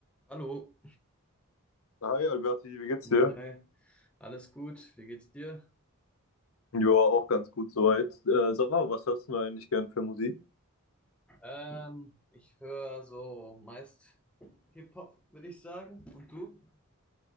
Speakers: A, in the centre; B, on the left.
A: Hallo.
B: Hi Alberti, wie geht's dir?
A: Hi. Alles gut? Wie geht's dir?
B: Ja, auch ganz gut soweit. Äh, sag mal, was hörst du eigentlich gern für Musik?
A: Ähm, ich höre so meist Hip-Hop, würde ich sagen. Und du?